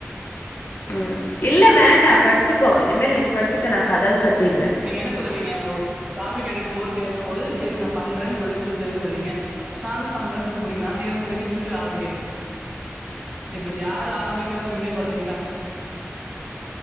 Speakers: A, on the left; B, on the right.
A: ம் இல்ல வேண்டா படுத்துக்கோ இனிமேல் இங்க படுத்துக்க நா கதவு சாத்திருவ
B: நீங்க என்ன சொல்லுவீங்க ஒரு டாபிக் எடுக்கு போது பேசும்போது செரி நா பண்றன் சொல்லி முடிச்சிருவனு சொல்லுவீங்க நானு பண்றன் சொல்லி முடிக்கற அனா நீங்க சொல்றீங்க திரும்பி ஆரம்பிக்கறீங்க இப்ப யாரு ஆரம்பிக்கிறா நீங்களே பாக்குறீங்களா